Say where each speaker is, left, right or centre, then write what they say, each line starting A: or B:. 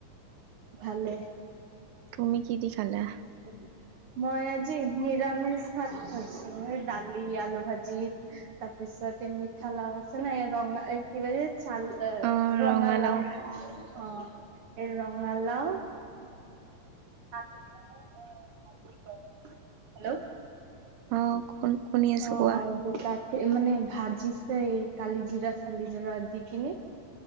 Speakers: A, on the right (about 70°); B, on the right (about 85°).
A: ভালে
B: তুমি কি দিখালা?
A: <unintelligible> মই আজি নিৰামিষ ভাত খাইছো দালি আলু ভাজি তাৰপিছত তাৰিছতে মিঠা লাও আছে ন ৰং কি চাল
B: অ
A: ৰঙালা
B: ৰঙালাও
A: অ', এই ৰঙালাওঁ। <unintelligible> হেল্ল'।
B: অ শুনি আছো
A: অ',
B: কোৱা
A: ব মানে ভাজিছে কালি জিৰা চালি জিৰা দি কিনি।